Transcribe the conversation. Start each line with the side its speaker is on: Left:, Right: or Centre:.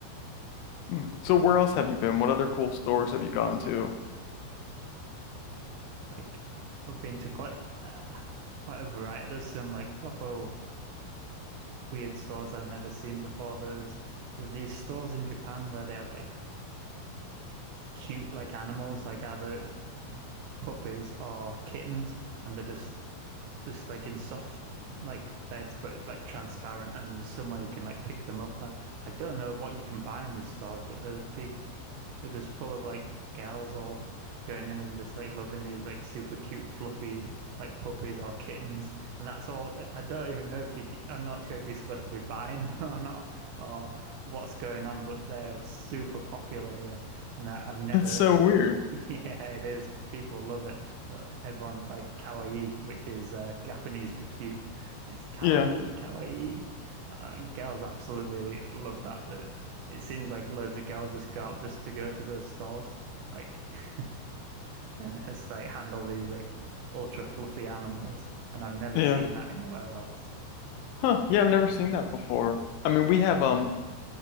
Left: Hmm. So where else have you been? What other cool stores have you gone to?
Right: like I've been to quite uh quite a variety. There's some like proper weird stores I've never seen before. There's there's these stores in Japan where they have like cute like animals, like either puppies or kittens, and they're just just like in soft like beds, but like transparent, and there's somewhere you can like pick them up. I, I don't know what you can buy in these stores, but the people they're just full of like gals all going in and just like loving these like super cute, fluffy like puppies or kittens. And that's all. I don't even know if you, i I'm not sure if you're supposed to be buying <laughs> them or not or what's going on, but they're super popular here. And I've never
Left: That's so weird.
Right: <laughs> Yeah, it is, but people love it. Uh, Everyone's like kawaii, which is uh, Japanese for cute. It's kawaii,
Left: Yeah,
Right: kawaii. Uh, and girls absolutely love that. That it seems like loads of girls just go out just to go to those stores, like, <laughs> and just like handle these like ultra fluffy animals. And I've never
Left: yeah.
Right: seen that anywhere else.
Left: Huh. Yeah, I've never seen that before. I mean, we have um